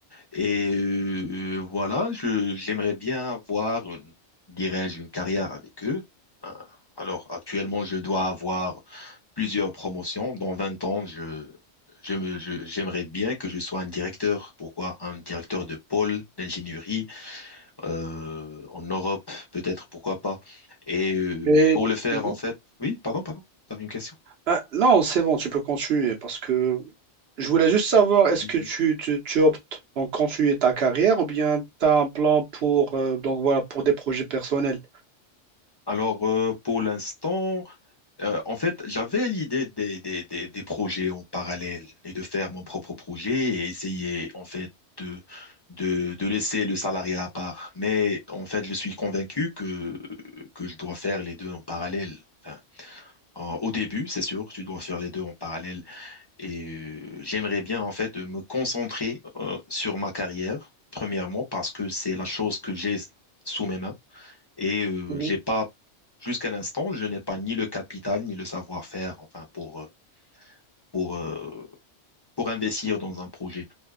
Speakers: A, on the left (about 25°); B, on the right (about 65°).
A: Et euh, voilà, je, j'aimerais bien avoir une, dirais-je, une carrière avec eux. Euh, Alors, actuellement, je dois avoir plusieurs promotions. Dans 20 ans, je, je me- je- j'aimerais bien que je sois un directeur. Pourquoi? Un directeur de pôle d'ingénierie euh, en Europe, peut-être, pourquoi pas. Et euh,
B: Et,
A: pour le faire,
B: mhm.
A: en fait, oui, pardon, pardon, t'avais une question?
B: Ah, non, c'est bon, tu peux continuer parce que je voulais juste savoir, est-ce
A: Mhm.
B: que tu, tu, tu optes donc continuer ta carrière ou bien tu as un plan pour, euh, donc voilà, pour des projets personnels?
A: Alors, euh, pour l'instant, Euh, en fait, j'avais l'idée des, des, des, des projets en parallèle et de faire mon propre projet et essayer en fait de, de, de laisser le salariat à part. Mais en fait, je suis convaincu que, que je dois faire les deux en parallèle. Enfin, en- au début, c'est sûr, tu dois faire les deux en parallèle. Et euh, j'aimerais bien en fait me concentrer euh, sur ma carrière, premièrement, parce que c'est la chose que j'ai sous mes mains. Et euh,
B: Mhm,
A: j'ai pas, jusqu'à l'instant, je n'ai pas ni le capital ni le savoir-faire, enfin, pour, euh, pour, euh, pour investir dans un projet.